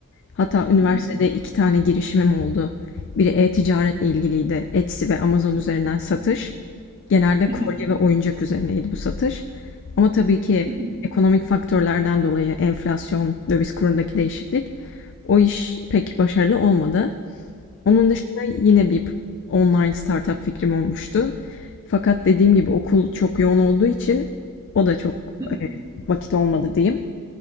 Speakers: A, on the left; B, on the right.
A: Hatta üniversitede
B: Hı hı,
A: iki tane girişimim oldu. Biri e-ticaretle ilgiliydi. Etsy ve Amazon üzerinden satış. Genelde kolye
B: hı hı,
A: ve oyuncak üzerineydi bu satış. Ama tabii ki
B: hı hı,
A: ekonomik faktörlerden dolayı enflasyon, döviz kurundaki değişiklik o iş pek başarılı olmadı. Onun dışında yine bir online startup fikrim olmuştu. Fakat dediğim gibi okul çok yoğun olduğu için o da çok
B: hı hı,
A: vakit olmadı diyeyim.